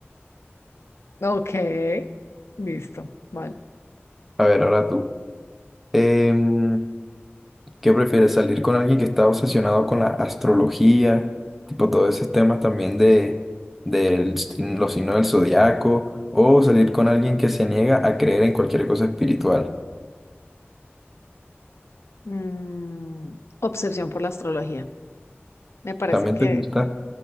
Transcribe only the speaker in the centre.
A ver, ahora tú. Em, ¿qué prefieres? ¿Salir con alguien que está obsesionado con la astrología? Tipo todos esos temas también de, de los signos del zodiaco. ¿O salir con alguien que se niega a creer en cualquier cosa espiritual?
¿También
te gusta?